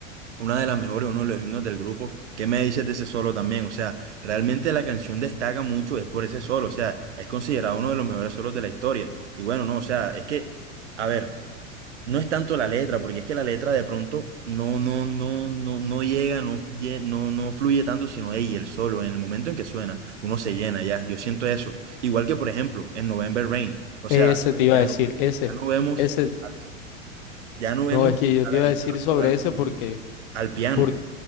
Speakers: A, on the right; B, on the left.
A: una de las mejores, uno de los himnos del grupo. ¿Qué me dices de ese solo también? O sea, realmente la canción destaca mucho, es por ese solo, o sea, es considerado uno de los mejores solos de la historia. Y bueno, no, o sea, es que, a ver. No es tanto la letra, porque es que la letra de pronto no, no, no, no, no llega, no, fluye- no, no fluye tanto, sino ella, el solo, en el momento en que suena, uno se llena ya, yo siento eso. Igual que, por ejemplo, en November Rain, o sea,
B: Ese te iba
A: ya
B: a decir,
A: no,
B: ese,
A: ya no vemos,
B: ese.
A: Exacto. ya no vemos
B: No, es que yo
A: a
B: te
A: la
B: iba
A: guitarra
B: a decir sobre
A: figurando,
B: eso
A: sino
B: porque,
A: al piano.
B: por-